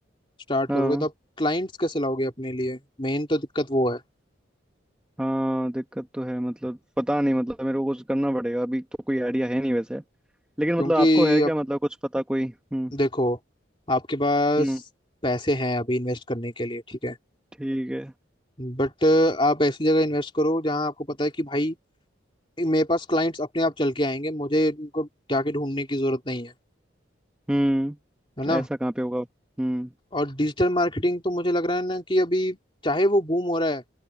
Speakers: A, on the left (about 25°); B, in the centre.
A: स्टार्ट
B: हाँ
A: करोगे तो आप क्लाइंट्स कैसे लाओगे अपने लिए मेन तो दिक्कत वो है
B: हाँ दिक्कत तो है मतलब पता नहीं मतलब मेरे को कुछ करना पड़ेगा अभी तो कोई आइडिया है नहीं वैसे लेकिन
A: क्योंकि
B: मतलब आपको है क्या
A: अब
B: मतलब कुछ पता कोई हम्म
A: देखो आपके पास
B: हम्म
A: पैसे हैं अभी इन्वेस्ट करने के लिए ठीक है
B: ठीक है
A: बट आप ऐसी जगह इन्वेस्ट करो जहां आपको पता है कि भाई मेरे पास क्लाइंट्स अपने आप चल के आएंगे मुझे इनको जाके ढूंढने की जरूरत नहीं है
B: हम्म
A: है ना
B: ऐसा कहाँ पे होगा हम्म
A: और डिजिटल मार्केटिंग तो मुझे लग रहा है ना कि अभी चाहे वो बूम हो रहा है